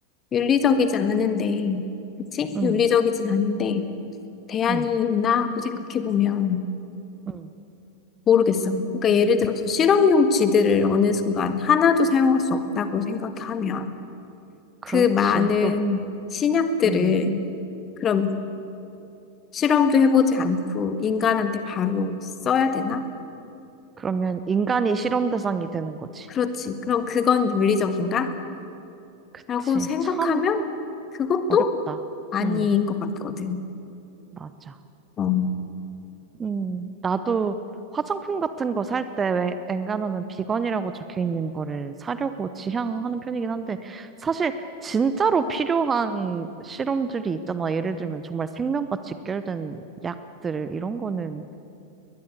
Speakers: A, on the left; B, on the right.
A: 윤리적이지 않은데, 그치?
B: 응,
A: 윤리적이진 않은데, 대안이
B: 응,
A: 있나 하고 생각해보면
B: 응.
A: 모르겠어. 그러니까 예를 들어서 실험용 지들을 어느 순간 하나도 사용할 수 없다고 생각하면
B: 그렇지.
A: 그 많은
B: 또,
A: 신약들을
B: 음.
A: 그럼 실험도 해보지 않고 인간한테 바로 써야 되나?
B: 그러면 인간이 실험 대상이 되는 거지.
A: 그렇지. 그럼 그건 윤리적인가?
B: 그치.
A: 라고 생각하면
B: 참
A: 그것도
B: 어렵다.
A: 아닌
B: 응,
A: 것 같거든.
B: 맞아.
A: 어,
B: 음, 나도 화장품 같은 거 살 때 왜 엔간하면 비건이라고 적혀 있는 거를 사려고 지향하는 편이긴 한데 사실 진짜로 필요한 실험들이 있잖아. 예를 들면 정말 생명과 직결된 약들 이런 거는